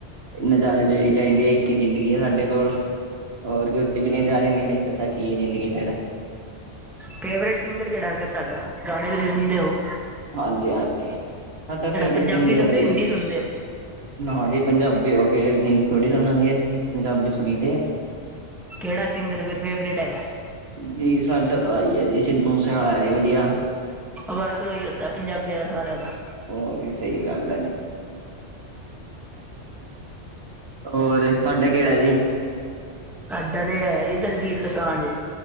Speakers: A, on the right (about 60°); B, in the centre.
A: ਨਜ਼ਾਰੇ ਲੇਣੇ ਚਾਈਦੇ ਏ, ਇੱਕ ਈ ਜ਼ਿੰਦਗੀ ਏ ਸਾਡੇ ਕੋਲ। ਹੋਰ ਉੱਚੇ ਵੀ ਨਹੀਂ ਜਾ ਰਹੇ ਨੇ ਲੇਖ ਤਾਂ ਕਿ ਜ਼ਿੰਦਗੀ ਫੇਰ
B: ਫੇਵਰੇਟ ਸਿੰਗਰ ਕੇੜਾ ਫੇਰ ਤਾਡਾ, ਗਾਣੇ ਤੁਸੀਂ ਸੁਣਦੇ ਓ?
A: ਹਾਂਜੀ- ਹਾਂਜੀ ਸਾਡਾ ਫੇਵਰੇਟ
B: ਪੰਜਾਬੀ
A: ਸਿੰਗਰ
B: ਸੁਣਦੇ
A: ਆ ਜੀ।
B: ਹੋ ਹਿੰਦੀ ਸੁਣਦੇ ਹੋ
A: ਨਾ ਜੀ ਪੰਜਾਬੀ ਹੋ ਕੇ ਹਿੰਦੀ ਥੋੜ੍ਹੀ ਸੁਣਾਂਗੇ, ਪੰਜਾਬੀ ਸੁਣੀ ਦੇ ਆ।
B: ਕੇੜਾ ਸਿੰਗਰ ਫੇਰ ਫੇਵਰੇਟ ਹੈਗਾ?
A: ਜੀ ਸਾਡਾ ਤਾਂ ਆਈ ਆ ਜੀ, ਸਿੱਧੂ ਮੂਸੇਵਾਲਾ ਜੀ ਵੱਧੀਆ।
B: ਬਸ ਓਹੀ ਹੁੰਦਾਂ ਪੰਜਾਬੀਆਂ ਦਾ ਸਾਰੇਆਂ ਦਾ।
A: ਹੋਰ ਜੀ ਸਹੀ ਗੱਲ ਆ ਜੀ ਹੋਰ ਤੁਹਾਡਾ ਕਿਹੜਾ ਜੀ
B: ਸਾਡਾ ਤੇ ਹੈਗਾ ਜੀ ਦਿਲਜੀਤ ਦੂਸਾਜ